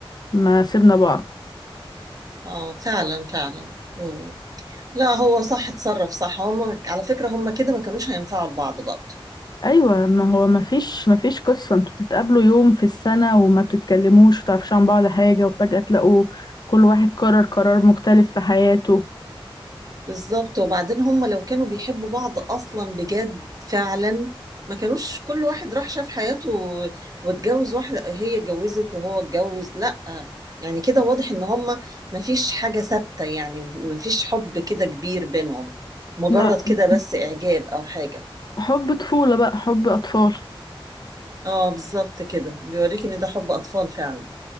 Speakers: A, on the left (about 50°); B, on the right (about 40°).
A: ما سيبنا بعض
B: اه فعلا فعلا مم. لا هو صح اتصرف صح هم على فكرة هم كده ما كانوش هينفعوا لبعض برضه
A: ايوه ما هو ما فيش ما فيش قصة انتوا بتتقابلوا يوم في السنة وما بتتكلموش وتعرفش عن بعض حاجة وفجأة تلاقوا كل واحد قرر قرار مختلف في حياته
B: بالظبط وبعدين هم لو كانوا بيحبوا بعض اصلا بجد فعلا ما كانوش كل واحد راح شاف حياته و- واتجوز واحده هي اتجوزت وهو اتجوز لا يعني كده واضح ان هم ما فيش حاجه ثابته يعني ما فيش حب كده كبير بينهم مجرد
A: لا
B: كده بس اعجاب او حاجه
A: حب طفولة بقى حب أطفال
B: اه بالظبط كده بيوريك ان ده حب اطفال فعلا